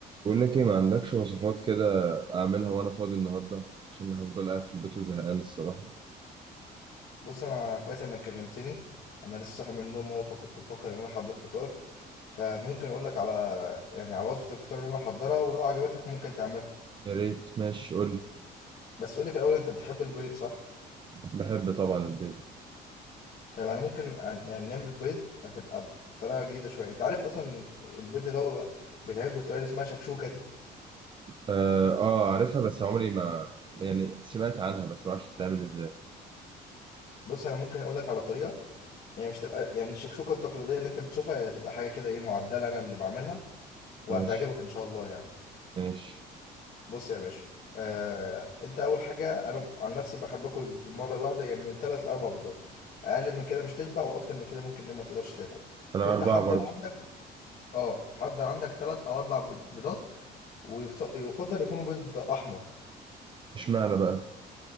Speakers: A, on the right; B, on the left.
A: بقول لك ايه ما عندكش وصفات كده اعملها وانا فاضي النهارده عشان هفضل قاعد في البيت وزهقان الصراحه
B: بص انا كويس انك كلمتني انا لسه صاحي من النوم اهو فكنت بفكر ان انا احضر فطار فممكن اقول لك على يعني على وصفة الفطار اللي انا احضرها ولو عجبتك ممكن تعملها
A: يا ريت ماشي قول لي
B: بس قول لي في الاول انت بتحب البيض صح
A: بحب طبعا البيض
B: طيب انا ممكن أن- يعني نعمل بيض هتبقى بطريقه جديده شويه انت عارف اصلا البيض اللي هو بيتعمل بالطريقه اللي اسمها شكشوكه دي
A: اه آه، عارفها بس عمري ما يعني سمعت عنها بس ما اعرفش بتتعمل ازاي
B: بص انا ممكن اقول لك على طريقه هي مش تبقى يعني الشكشوكه التقليديه اللي انت بتشوفها هي تبقى حاجه كده ايه معدله انا اللي بعملها وهتعجبك
A: ماشي
B: ان شاء الله يعني
A: ماشي
B: بص يا باشا آه، انت اول حاجه انا عن نفسي بحب اكل في المره الواحده يعني من ثلاث لاربع بيضات اقل من كده مش تشبع واكتر من كده ممكن إن ما تقدرش تاكل
A: انا
B: فانت
A: اربعه
B: حضر
A: برضه
B: عندك اه حضر عندك ثلاث او اربع بيض- بيضات ويفت- ويفضل يكونوا بيض احمر
A: اشمعنى بقى